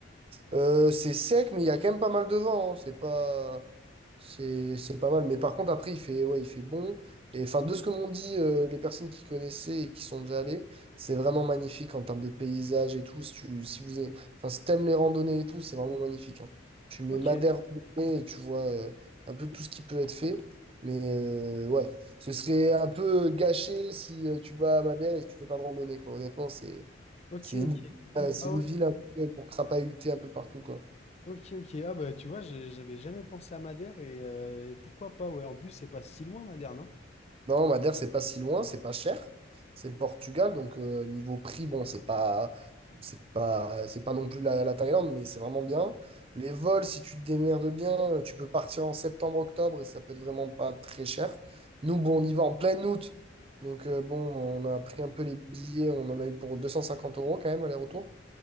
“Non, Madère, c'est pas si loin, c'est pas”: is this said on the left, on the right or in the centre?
Right